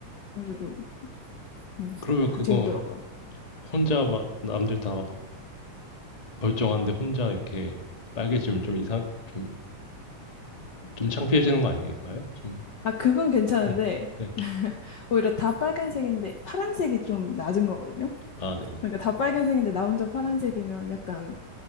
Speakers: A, on the left; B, on the left.
A: 그래가지고 음,
B: 그러면
A: 그
B: 그거
A: 재밌더라고요.
B: 혼자 막 남들 다 막 멀쩡한데 혼자 이렇게 빨개지면 좀 이상 좀 좀 창피해지는 거 아닌가요? 좀
A: 아, 그건 괜찮은데
B: 네. 네.
A: <laughs> 오히려 다 빨간색인데 파란색이 좀 낮은 거거든요.
B: 아 네네.
A: 그러니까 다 빨간색인데 나 혼자 파란색이면 약간